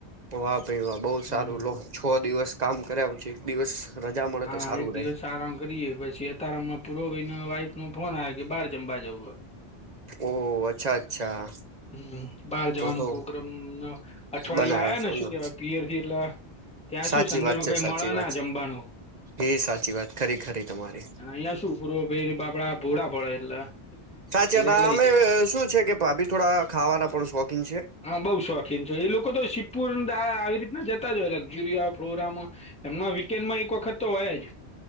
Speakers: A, on the right; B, in the centre.
A: વાહ ભાઈ વાહ બહુ
B: હમ
A: સારું લો, છ દિવસ કામ કર્યા પછી દિવસ, રજા મળે
B: હા
A: તો સારું રે.
B: <unintelligible> કરીએ પછી અતારમાં પૂરો ભઈના વાઈફનો ફોન આયો કે બાર જમ્બા જવું.
A: ઓહોહો, અચ્છા અચ્છા.
B: હમ્મ, બાર જવાનું
A: તો તો
B: પોગ્રામના અઠવાડિયે
A: બનાવ્યો
B: આયાને,
A: છે એમને
B: શું કેવાય, પિયરથી એટલ ત્યાં
A: સાચી
B: શું, સંડેમાં
A: વાત છે
B: કઈ
A: સાચી
B: મળે ના
A: વાત
B: જમ્બાનું.
A: એ સાચી વાત ખરી, ખરી તમારી.
B: અને અહિયાં શું, પૂર્વભઈ બાપડા ભોળા પડે એટલે
A: સાચી
B: એરા
A: <unintelligible>
B: લઈ જાય
A: શું છે કે ભાભી થોડા, ખાવાના પણ શોખીન છે.
B: હા બઉ શોખીન છે. એ લોકો તો <unintelligible> આવી રીત ના જતા જ હોય લક્ઝુરિયા ફ્લોરામાં એમના વીકેન્ડમાં એક વખત તો હોય જ.